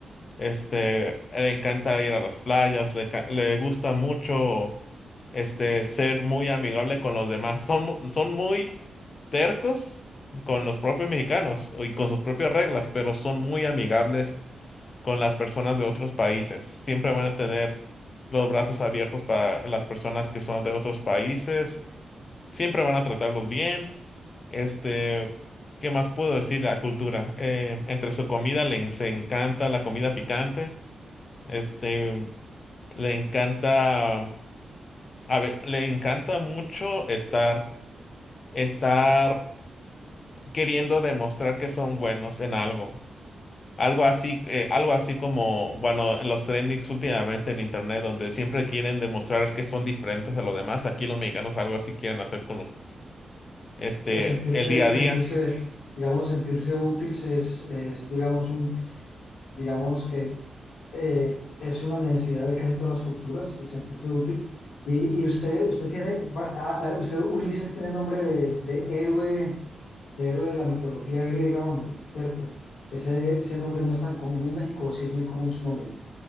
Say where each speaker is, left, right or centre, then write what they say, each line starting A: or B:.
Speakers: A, on the left (about 35°); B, on the left (about 85°).
A: este, le encanta ir a las playas, le, ca- le gusta mucho, este, ser muy amigable con los demás. Son, mu- son muy tercos con los propios mexicanos y con sus propias reglas, pero son muy amigables con las personas de otros países. Siempre van a tener los brazos abiertos para las personas que son de otros países. Siempre van a tratarlos bien. Este, ¿qué más puedo decir de la cultura? Eh, entre su comida les encanta la comida picante. Este, le encanta, a ver le encanta mucho estar, estar queriendo demostrar que son buenos en algo. Algo así, eh, algo así como, bueno, en los trendings últimamente en internet, donde siempre quieren demostrar que son diferentes a los demás, aquí los mexicanos algo así quieren hacer con lo- este,
B: Pues sentirse,
A: el día a
B: sentirse,
A: día.
B: digamos, sentirse útil es, es digamos, un Digamos que eh, es una necesidad de casi todas las culturas el sentirse útil. Y, y usted, usted tiene, va- a- a- usted, Ulises, tiene nombre de, de héroe, de héroe de la mitología griega, hombre, ¿cierto? Ese, ese nombre no es tan común en México, o sí es muy común su nombre.